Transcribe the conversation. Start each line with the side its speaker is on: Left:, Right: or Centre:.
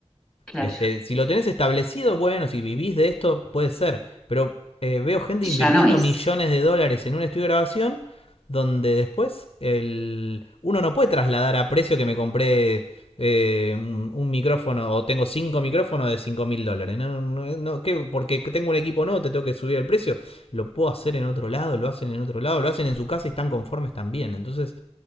Centre: Claro,
Left: Este, si lo tenés establecido, bueno, si vivís de esto, puede ser. Pero eh, veo gente invirtiendo
Centre: ya no es.
Left: millones de dólares en un estudio de grabación donde después el... uno no puede trasladar a precio que me compré eh, un, un micrófono o tengo cinco micrófonos de cinco mil dólares. No, no, eh, no, ¿qué? Porque tengo un equipo nuevo, te tengo que subir el precio. Lo puedo hacer en otro lado, lo hacen en otro lado, lo hacen en su casa y están conformes también. Entonces,